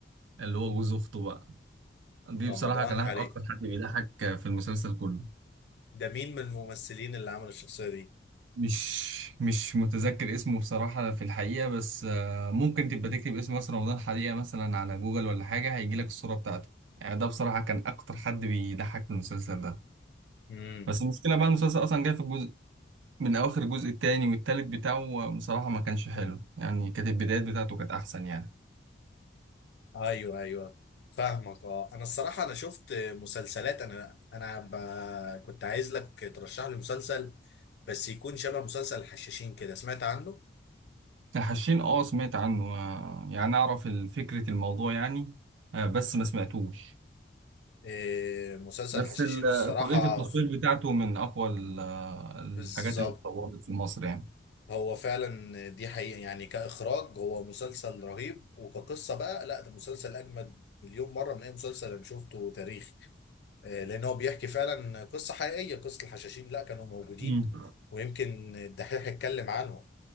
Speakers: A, on the right (about 85°); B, on the left (about 60°).
A: اللي هو جوز أخته بقى دي
B: رمضان
A: بصراحة كان
B: حريق
A: أكتر حد بيضحك في المسلسل كله
B: ده مين من الممثلين اللي عمل الشخصيه دي؟
A: مش مش متذكر اسمه بصراحة في الحقيقة بس آه، ممكن تبقى تكتب اسم ياسر رمضان حقيقة مثلا على جوجل ولا حاجة هيجيلك الصورة بتاعته يعني ده بصراحة كان أكتر حد بيضحك في المسلسل ده
B: امم
A: بس المشكلة بقى المسلسل أصلا جاي في الجزء من أواخر الجزء التاني والتالت بتاعه آه، بصراحة ما كانش حلو يعني كانت البدايات بتاعته كانت أحسن يعني
B: ايوه ايوه فاهمك اه انا الصراحه انا شفت مسلسلات انا انا ب... كنت عايز لك ترشح لي مسلسل بس يكون شبه مسلسل الحشاشين كده سمعت عنه؟
A: الحشين أه سمعت عنه آه، يعني أعرف فكرة الموضوع يعني آه، بس ما سمعتوش
B: إيه، مسلسل
A: بس
B: حشاشين
A: ال-
B: الصراحة
A: طريقة التصوير
B: ف-
A: بتاعته من أقوى ال- الحاجات
B: بالظبط
A: اللي اتطورت في مصر يعني
B: هو فعلا دي حقيقة يعني كإخراج هو مسلسل رهيب وكقصة بقى لا ده مسلسل أجمد مليون مرة من أي مسلسل أنا شفته تاريخ إيه، لأن هو بيحكي فعلا قصة حقيقية قصة الحشاشين لا كانوا موجودين
A: مم.
B: ويمكن الدحيح اتكلم عنهم